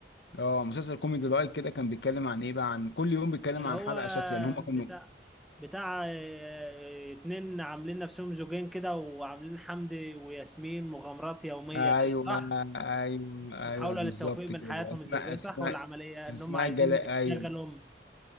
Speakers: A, on the left (about 75°); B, in the centre.
A: اه مسلسل كوميدي لايت كده كان بيتكلم عن ايه بقى عن كل يوم بيتكلم
B: اللي
A: عن
B: هو
A: حلقه شكل يعني هم كانوا
B: بتاع بتاع آه، اتنين عاملين نفسهم زوجين كده وعاملين حمدي وياسمين مغامرات يومية
A: ايوه
B: كده صح؟
A: ايوه ايوه
B: محاولة
A: بالظبط
B: للتوفيق بين
A: كده
B: حياتهم
A: اسماء
B: الزوجية
A: اسماء
B: صح ولا عملية ان
A: اسماء
B: هم عايزين
A: جلال ايوه
B: يشتغلوا